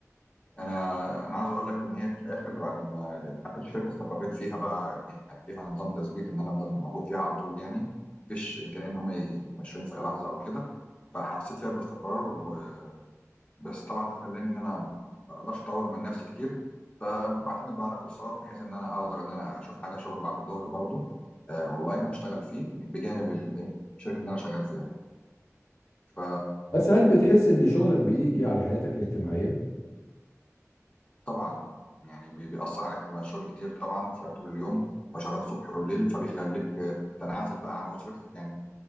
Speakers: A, on the left; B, on the left.
A: انا انا عايز اقول لك ان هي في الاخر بعد ما اخر شركه استقريت فيها بقى إن هي كانت فيها نظام تثبيت ان انا افضل موجود فيها على طول يعني مفيش امكانيه ان هم يمشوني في اي لحظه او كده فحسيت فيها بالاستقرار و... بس طبعا ده خلاني ان انا ما اقدرش اطور من نفسي كتير فبعتمد بقى على كورسات بحيث ان انا اقدر ان انا اشوف حاجه شغل بعد الظهر برضو آه اونلاين اشتغل فيه بجانب الايه الشركه اللي انا شغال فيها ف
B: بس هل بتحس ان شغلك بيجي على حياتك الاجتماعية
A: طبعا يعني بي- بيأثر عليك بقى شغل كتير طبعا في طول اليوم وشغال صبح وليل فبيخليك آه، تنعزل بقى عن أسرتك يعني